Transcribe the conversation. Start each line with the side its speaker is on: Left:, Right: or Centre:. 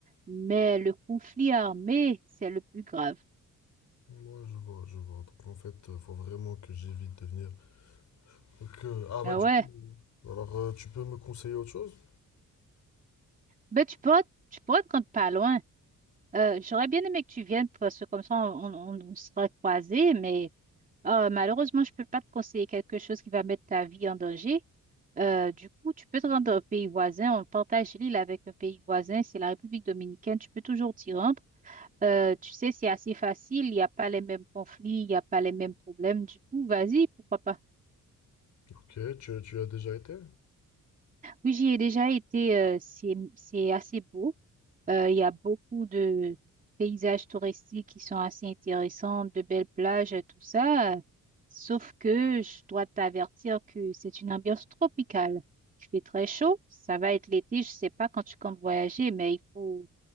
Right: Mais le conflit armé, c'est le plus grave.
Left: Ouais, je vois, je vois. Donc, en fait, euh, faut vraiment que j'évite de venir. Donc, euh, ah,
Right: Ben
Left: bah, du
Right: ouais,
Left: coup. Alors, euh, tu peux me conseiller autre chose?
Right: ben tu pourras, tu pourras te rendre pas loin. Euh, j'aurais bien aimé que tu viennes parce que comme ça, on, on, on sera croisés, mais euh, malheureusement, je peux pas te conseiller quelque chose qui va mettre ta vie en danger. Euh, du coup, tu peux te rendre au pays voisin. On partage l'île avec un pays voisin. C'est la République dominicaine. Tu peux toujours t'y rendre. Euh, tu sais, c'est assez facile. Il n'y a pas les mêmes conflits. Il n'y a pas les mêmes problèmes. Du coup, vas-y, pourquoi pas.
Left: Ok, tu, tu as déjà été?
Right: Oui, j'y ai déjà été. euh, c'est, c'est assez beau. Euh, Il y a beaucoup de paysages touristiques qui sont assez intéressants, de belles plages, et tout ça. Sauf que je dois t'avertir que c'est une ambiance tropicale. Il fait très chaud, ça va être l'été, je sais pas quand tu comptes voyager, mais il faut